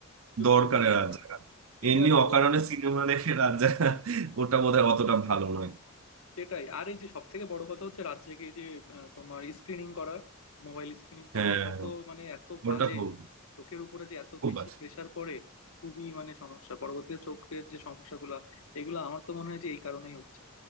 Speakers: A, on the left; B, on the right.
A: তো
B: দরকারে
A: কি বলবো
B: রাত জাগা
A: কি
B: এমনি
A: আর
B: অকারণে
A: বলবো
B: সিনেমা দেখে রাত জাগা ওটা বোধহয় অতটা ভালো নয়
A: সেটাই আর এই যে সব থেকে বড় কথা হচ্ছে রাত জেগে এই যে আহ, তোমার স্ক্রিনিং করা মোবাইল স্ক্রিনিং করা
B: হ্যাঁ
A: এটা তো মানে এত
B: ওটা
A: বাজে
B: খুব
A: চোখের উপরে যে এত
B: খুব
A: বেশি
B: বাজে।
A: প্রেসার পড়ে খুবই মানে সমস্যা পরবর্তীতে চোখের যে সমস্যাগুলা এগুলো আমার তো মনে হয় যে এই কারণেই হচ্ছে